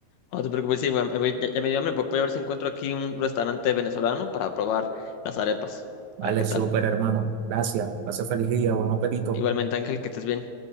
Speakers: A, on the left (about 75°); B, on the right (about 85°).
A: No te preocupes, sí, a mí- a mí ya, ya me dio hambre. Voy voy a ver si encuentro aquí un restaurante venezolano para probar las arepas.
B: Vale,
A: A ver qué
B: súper,
A: tal.
B: hermano. Gracias. Gracias, feliz día. Buen apetito.
A: Igualmente, Ángel, que estés bien.